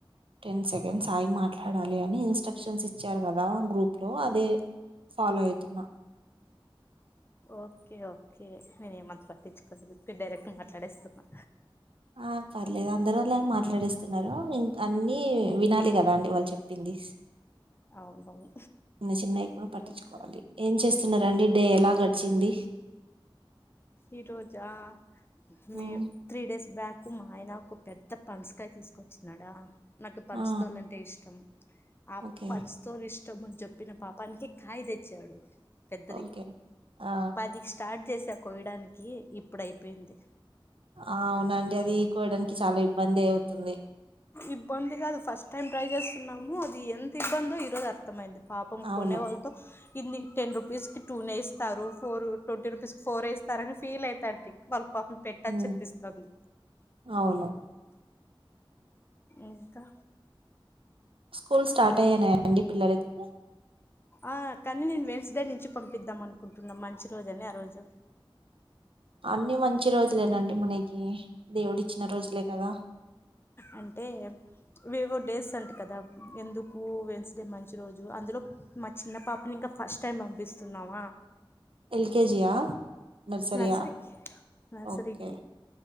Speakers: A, on the right; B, on the left.
A: టెన్ సెకండ్స్ అగి మాట్లాడాలి అని ఇన్స్ట్రక్షన్స్ ఇచ్చారు కదా గ్రూప్ లో అదే ఫాలో అయితున్నా
B: ఓకే ఓకే నేను ఏమంత పట్టించుకోలేదు నేను డైరెక్ట్ మాట్లాడేస్తున్నా
A: ఆ పర్లేదు అందరు అలానే మాట్లాడేస్తున్నారు ఇం అన్నిీ వినాలి కదా అండి వాళ్ళు చెప్పింది
B: అవునవును
A: న్న చిన్నవి కూడా పట్టించుకోవాలి
B: ఇంకా
A: ఏం చేస్తున్నరండి డే ఎలా గడిచింది
B: ఈ రోజా మే
A: ఉమ్,
B: త్రీ డేస్ బ్యాక్ నాకు మా ఆయన ఒక పెద్ద పనసకాయ తీసుకొచ్చినడా నాకు పనసకాయ్
A: ఆ
B: అంటే ఇష్టం ఆ
A: ఓకే
B: పనస్ తోలు ఇష్టమని చెప్పిన పాపానికి కాయ్ తెచ్చాడు పెద్దది
A: ఓకే ఆ
B: పదికి స్టార్ట్ చేసా కోయడానికి ఇప్పుడు అయిపోయింది
A: ఆ అవునండి అదికోయడానికి చాలా ఇబ్బంది అవుతుంది
B: ఇబ్బందిగాదు ఫస్ట్ టైం ట్రై చేస్తున్నాము అది ఎంత ఇబ్బందో ఈరోజు అర్థమైంది పాపం
A: అవును
B: కొనే వాళ్ళతో ఇన్ని టెన్ రుపీస్ కి టూ నే ఇేస్తారు ఫోర్ ట్వంటీ రూపీస్ి ఫోర్ వేస్తారు అని ఫీల్ అయితంటి వాళ్ పపం పెట్టచ్చు
A: ఉమ్
B: అనిపిస్తుంది
A: అవును
B: ఇంకా
A: స్కూల్ స్టార్ట్ అయినాయండి పిల్లలకి
B: ఆ కానీ నేను వెన్స్ డే నుంచి పంపిద్దాం అనుకుంటున్నాం మంచి రోజని ఆ రోజు
A: అన్నిీ మంచి రోజులేనండి మనకి దేవుడు ఇచ్చిన రోజులే కదా
B: అంటే అవేవో డేస్ అంట కదా ఎందుకు వెన్స్డే మంచి రోజు అందులో మా చిన్న పాపని ఇంకా ఫస్ట్ టైమ్ పంపిస్తున్నామ
A: ఎల్కేజీయా నర్సరియా
B: నర్సరీ నర్సరీకి
A: ఓకే